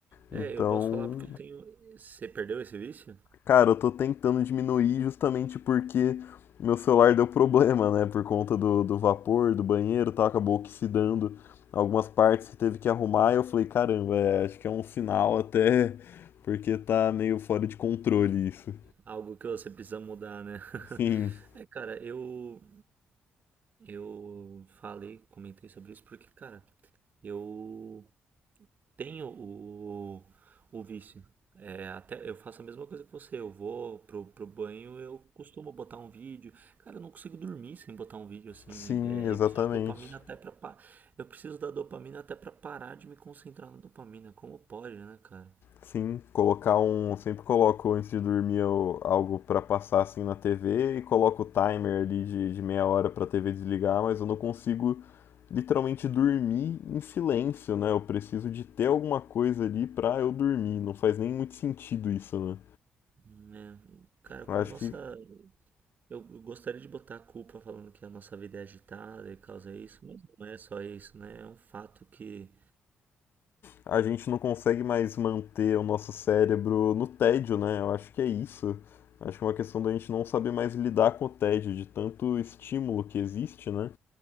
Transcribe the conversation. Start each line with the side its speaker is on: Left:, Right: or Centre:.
Right: É,
Left: Então,
Right: eu posso falar porque eu tenho. Você perdeu esse vício?
Left: Cara, eu tô tentando diminuir justamente porque meu celular deu problema, né? Por conta do, do vapor, do banheiro, tá? Acabou oxidando algumas partes que teve que arrumar. E eu falei, caramba, é, acho que é um sinal até, porque tá meio fora de controle isso.
Right: Algo que você precisa mudar, né? <laughs>
Left: Sim,
Right: É, cara, eu eu falei, comentei sobre isso porque, cara, eu tenho o, o vício. É, até eu faço a mesma coisa que você. Eu vou pro, pro banho, eu costumo botar um vídeo. Cara, eu não consigo dormir sem botar um vídeo assim.
Left: sim,
Right: É,
Left: exatamente.
Right: eu preciso de dopamina até pra. pa- Eu preciso da dopamina até pra parar de me concentrar na dopamina. Como pode, né, cara?
Left: Sim, colocar um. Sempre coloco antes de dormir eu- algo pra passar assim na TV e coloco o timer ali de, de meia hora pra TV desligar, mas eu não consigo literalmente dormir em silêncio, né? Eu preciso de ter alguma coisa ali pra eu dormir. Não faz nem muito sentido isso, né?
Right: Né? Cara, como
Left: Eu acho
Right: nossa.
Left: que
Right: Eu gostaria de botar a culpa falando que a nossa vida é agitada e causa isso, mas não é só isso, né? É um fato que.
Left: a gente não consegue mais manter o nosso cérebro no tédio, né? Eu acho que é isso. Acho que é uma questão da gente não saber mais lidar com o tédio, de tanto estímulo que existe, né?